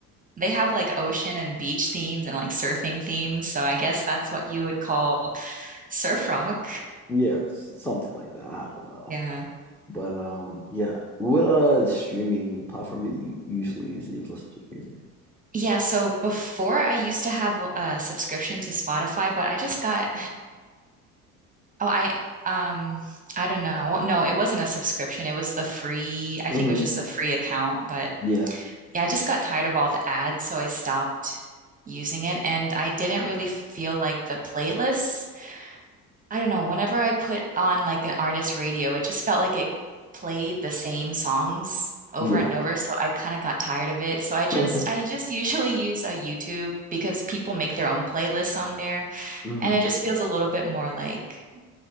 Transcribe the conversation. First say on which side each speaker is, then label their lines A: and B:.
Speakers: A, on the right (about 20°); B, in the centre.
A: they have like ocean and beach themes and like surfing themes. So I guess that's what you would call surf rock.
B: yeah, s- something like that. I don't know,
A: Yeah.
B: but um, yeah. What uh streaming platform do you usually usually listen to music?
A: Yeah, so before I used to have a subscription to Spotify, but I just got Oh, I um I don't know. Well, No, it wasn't a subscription. It was the free, I
B: hmm
A: think it was just a free account, but
B: Yeah,
A: yeah, I just got tired of all the ads, so I stopped using it and I didn't really feel like the playlists. I don't know, whenever I put on like an artist radio, it just felt like it played the same songs over
B: yeah.
A: and over, so I kind of got tired of it. So I
B: <laughs>
A: just I just <laughs> usually use a YouTube because people make their own playlists on there
B: hmm
A: and it just feels a little bit more like